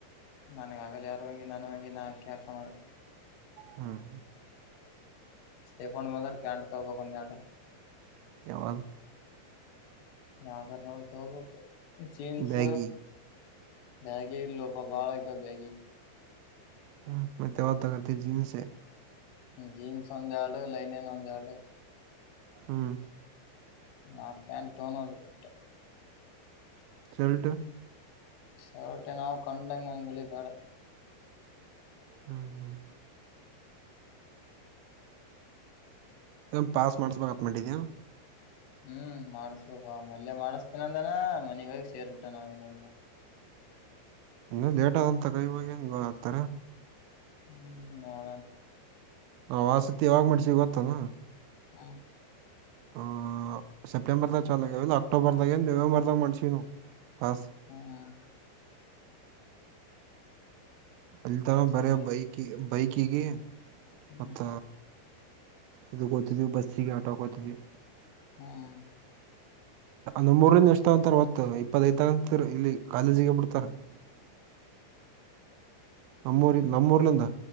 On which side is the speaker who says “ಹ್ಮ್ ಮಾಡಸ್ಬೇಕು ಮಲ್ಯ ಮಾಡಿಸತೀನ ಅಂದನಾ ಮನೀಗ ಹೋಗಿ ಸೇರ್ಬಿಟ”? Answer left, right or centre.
Left